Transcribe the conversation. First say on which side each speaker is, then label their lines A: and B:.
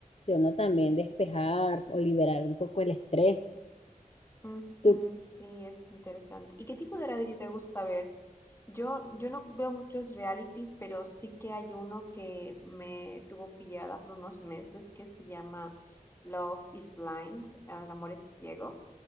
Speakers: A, on the left (about 45°); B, on the left (about 15°).
A: de uno también despejar o liberar un poco el estrés.
B: Ujú,
A: Tú,
B: Sí, es interesante. ¿Y qué tipo de reality te gusta ver? Yo, yo no veo muchos realities, pero sí que hay uno que me tuvo pillada por unos meses que se llama Love is Blind, ah, el amor es ciego.